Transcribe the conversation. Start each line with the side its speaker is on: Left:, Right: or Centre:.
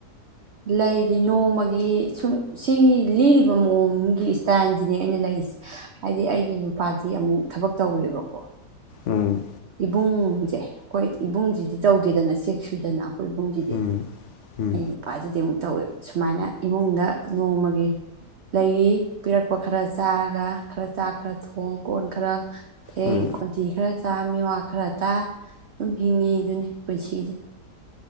Right: ꯂꯩꯗꯤ ꯅꯣꯡꯃꯒꯤ ꯁꯨꯝ ꯁꯤꯒꯤ ꯂꯤꯔꯕ ꯃꯑꯣꯡꯒꯤ ꯏꯁꯇꯥꯏꯜꯁꯤꯅꯦ ꯑꯩꯅ ꯂꯩꯔꯤꯁꯦ ꯍꯥꯏꯗꯤ ꯑꯩꯒꯤ ꯅꯨꯄꯥꯗꯤ ꯑꯃꯨꯛ ꯊꯕꯛ ꯇꯧꯋꯦꯕꯀꯣ
Left: ꯎꯝ
Right: ꯏꯕꯨꯡꯁꯦ ꯑꯩꯈꯣꯏ ꯏꯕꯨꯡꯁꯤꯗꯤ ꯇꯧꯗꯦꯗꯅ ꯆꯦꯛ ꯁꯨꯏꯗꯅ ꯑꯩꯈ ꯑꯩꯈꯣꯏꯕꯨꯝꯁꯤꯗꯤ
Left: ꯎꯝ
Right: <unintelligible>
Left: ꯎꯝ
Right: ꯅꯨꯄꯥꯁꯤꯗꯤ ꯑꯃꯨꯛ ꯇꯧꯋꯦꯕ ꯁꯨꯃꯥꯏꯅ ꯏꯃꯨꯡꯗ ꯅꯣꯡꯃꯒꯤ ꯂꯩꯔꯤ ꯄꯤꯔꯛꯄ ꯈꯔ ꯆꯥꯔꯒ ꯈꯔ ꯆꯥꯛ ꯈꯔ ꯊꯣꯡ ꯀꯣꯟ ꯈꯔ ꯐꯦꯡ
Left: ꯎꯝ
Right: ꯈꯣꯟꯊꯤ ꯈꯔ ꯆꯥꯝꯃꯤꯋꯥ ꯈꯔ ꯇꯥ ꯑꯗꯨꯝ ꯍꯤꯡꯉꯤ ꯑꯗꯨꯅꯤ ꯄꯨꯟꯁꯤꯁꯦ